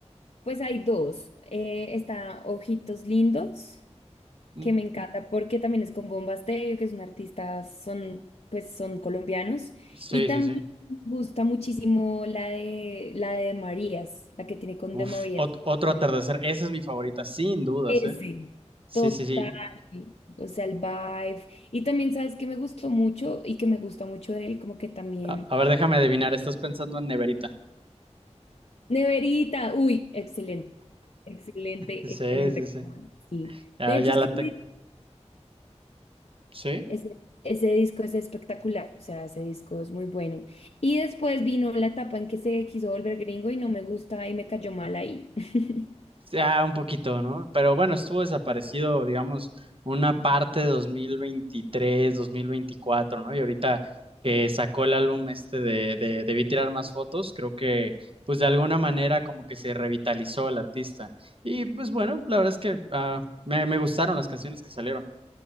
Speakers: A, on the left (about 65°); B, on the right (about 50°).
A: pues hay dos. Eh, está Ojitos Lindos,
B: mm,
A: que me encanta porque también es con Bomba Estéreo, que es un artista, son, pues son colombianos.
B: sí,
A: Y también
B: sí, sí.
A: me gusta muchísimo la de, la de Marías, la que tiene con
B: Uf,
A: De Marías.
B: ot- otro atardecer. Esa es mi favorita, sin dudas,
A: Ese.
B: ¿eh? Sí,
A: Total.
B: sí, sí.
A: O sea, el vibe. Y también, ¿sabes qué me gustó mucho y que me gusta mucho de él? Como que también...
B: A, a ver, déjame adivinar. Estás pensando en Neverita.
A: Neverita, uy, excelente. Excelente,
B: Sí,
A: excelente
B: sí, sí.
A: canción. Sí.
B: Ya,
A: De hecho,
B: ya
A: es
B: la
A: que
B: tengo. ¿Sí?
A: ese, ese ese disco es espectacular. O sea, ese disco es muy bueno. Y después vino la etapa en que se quiso volver gringo y no me gusta y me cayó mal ahí. <laughs>
B: Ya, un poquito, ¿no? Pero bueno, estuvo desaparecido, digamos, una parte de 2023, 2024, ¿no? Y ahorita que sacó el álbum este de, de Debí tirar más fotos, creo que pues de alguna manera como que se revitalizó el artista. Y pues bueno, la verdad es que ah, me, me gustaron las canciones que salieron.